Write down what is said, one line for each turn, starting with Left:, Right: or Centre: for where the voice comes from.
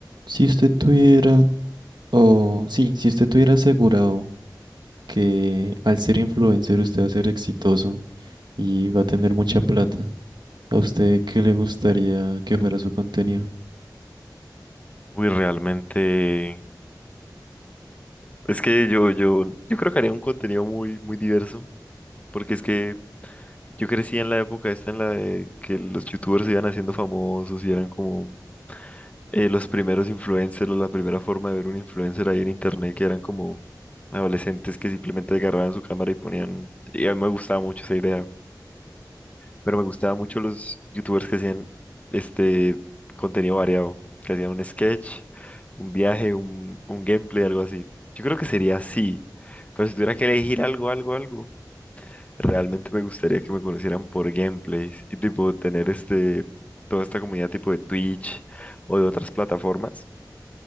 Right: Si usted tuviera, o sí, si usted tuviera asegurado que al ser influencer usted va a ser exitoso y va a tener mucha plata, ¿a usted qué le gustaría que fuera su contenido?
Left: Uy, realmente. Es que yo, yo, yo creo que haría un contenido muy, muy diverso, porque es que yo crecí en la época esta en la de que los youtubers se iban haciendo famosos y eran como eh, los primeros influencers o la primera forma de ver un influencer ahí en internet, que eran como adolescentes que simplemente agarraban su cámara y ponían. Y a mí me gustaba mucho esa idea. pero me gustaban mucho los youtubers que hacían este contenido variado, que hacían un sketch, un viaje, un, un gameplay, algo así. Yo creo que sería así, pero si tuviera que elegir algo, algo, algo, realmente me gustaría que me conocieran por gameplays y tipo tener este, toda esta comunidad tipo de Twitch o de otras plataformas,